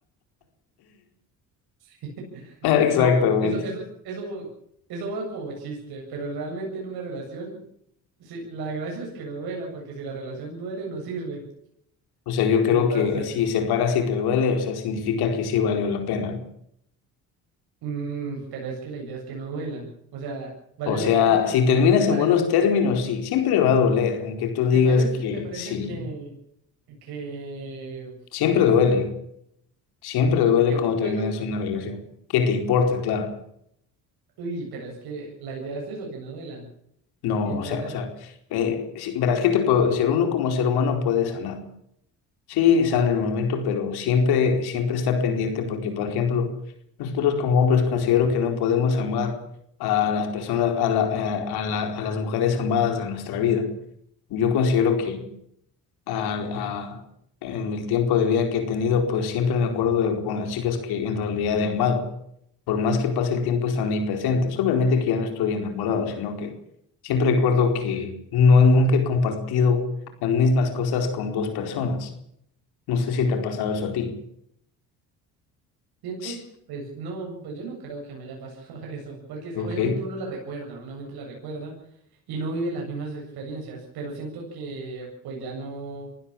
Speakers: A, on the right; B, on the left.
A: <laughs>
B: Exactamente.
A: No, eso, eso, es- eso, eso va como chiste, pero realmente en una relación, sí, la gracia es que no duela, porque si la relación duele, no sirve.
B: O sea, yo creo
A: Entonces,
B: que si se para, si te duele, o sea, significa que sí valió la pena.
A: mm, pero es que la idea es que no duela. O sea, valió
B: O sea,
A: la, o sea,
B: si terminas
A: ¿te parece,
B: en buenos términos, sí, siempre va a doler, aunque tú digas
A: te parece,
B: que
A: te parece
B: sí,
A: que, que,
B: siempre
A: o
B: duele,
A: sea,
B: siempre duele
A: que
B: cuando
A: fue bueno?
B: terminas una relación. ¿Qué te importa? Claro.
A: Uy, pero es que la idea es eso, que no duela.
B: No,
A: Entonces,
B: o sea, o sea, eh, sí, verás que te puedo decir, uno como ser humano puede sanar. Sí, sale el momento, pero siempre, siempre está pendiente porque, por ejemplo, nosotros como hombres considero que no podemos amar a las personas, a la, a, a la- a las mujeres amadas a nuestra vida. Yo considero que al- a- en el tiempo de vida que he tenido, pues siempre me acuerdo de- con las chicas que en realidad he amado. Por más que pase el tiempo, están ahí presentes. Obviamente que ya no estoy enamorado, sino que siempre recuerdo que no nunca he compartido las mismas cosas con dos personas. No sé si te ha pasado eso a ti.
A: Siento,
B: Sí.
A: pues no, pues yo no creo que me haya pasado <laughs> eso, porque es
B: Ok,
A: que obviamente uno la recuerda, uno mente la recuerda y no vive las mismas experiencias, pero siento que pues ya no,